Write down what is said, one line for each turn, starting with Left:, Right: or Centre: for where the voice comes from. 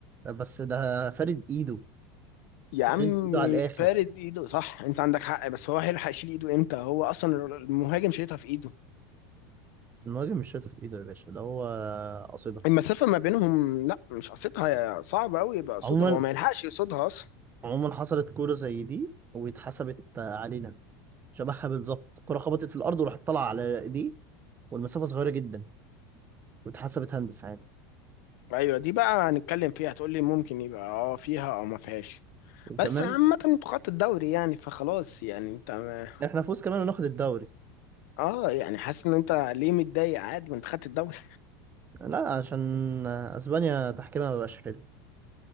Right: بس ده فارد ايده
Left: يا عم
Right: فريد ايده على الاخر
Left: فارد ايده صح انت عندك حق بس هو هيلحق يشيل ايده امتى هو اصلا المهاجم شايطها في ايده
Right: المهاجم مش شايطها في ايده يا باشا ده هو قصدها
Left: المسافة ما بينهم لا مش قصدها صعب قوي يبقى قصدها
Right: عموما
Left: هو ما يلحقش يقصدها اصلا
Right: عموما حصلت كوره زي دي واتحسبت علينا شبهها بالظبط الكره خبطت في الارض وراحت طالعه على ايديه والمسافه صغيره جدا واتحسبت هندس عادي
Left: ايوه دي بقى هنتكلم فيها هتقول لي ممكن يبقى اه فيها او ما فيهاش
Right: وكمان
Left: بس عامة انتوا خدتوا الدوري يعني فخلاص يعني انت ما...
Right: احنا فوز كمان وناخد الدوري
Left: اه يعني حاسس ان انت ليه متضايق عادي ما انت خدت الدوري
Right: لا عشان اسبانيا تحكيمها مبقاش حلو